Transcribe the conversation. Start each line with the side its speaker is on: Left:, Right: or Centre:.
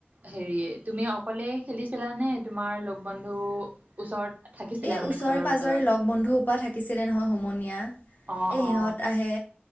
Right: হেৰি তুমি অকলেই খেলিছিলানে তোমাৰ লগ বন্ধু ওচৰত থাকিছিলে
Left: এই
Right: মানে
Left: ওচৰে
Right: ঘৰৰ
Left: পাঁজৰে
Right: ওচৰত
Left: লগ বন্ধুৰপ থাকিছিলে নহয় সমনীয়া।
Right: অ
Left: এ সিহঁত
Right: অ
Left: আহে